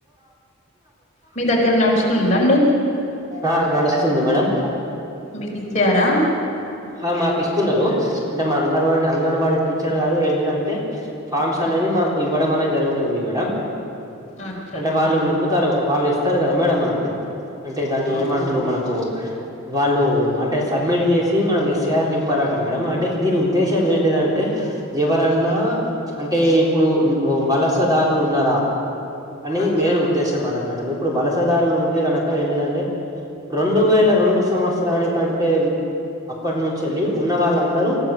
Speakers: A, on the left; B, on the right.
A: మీ దగ్గర నడుస్తుందండి
B: ఆ గడుస్తుంది మేడంమ్
A: మీకు ఇచ్చారా
B: ఆ మాకు ఇస్తున్నారు అంటే మా అంగన్వాడి అంగన్వాడి టీచర్ గారు ఏంటిదంటే ఫామ్స్ అనేది మాకు ఇవ్వడం అనేది జరుగుతుంది మేడం
A: అచ్చ
B: అంటే
A: అచ్చా
B: వాళ్ళు నింపుతారు వాళ్ళు ఇస్తారు కదా మేడం మనకు అంటే దాన్ని
A: అవునండి
B: ఏమంటారు మనకు వాళ్ళు అంటే సబ్మిట్ చేసి ఇది మనం ఎస్ఏఆర్ నింపాలట మేడం అంటే దీని ఉద్దేశం ఏంటిదంటే ఎవరన్నా అంటే ఇప్పుడు వలసదారులు ఉన్నారా అనీ
A: అచ్చా
B: మెయిన్ ఉద్దేశం అట మేడం ఇప్పుడు వలసదారులు ఉంటే కనుక ఏంటిదంటే రెండు వేల రెండు సంవత్సరానికంటే అప్పటి నుంచేళ్ళి ఉన్న వాళ్ళందరూ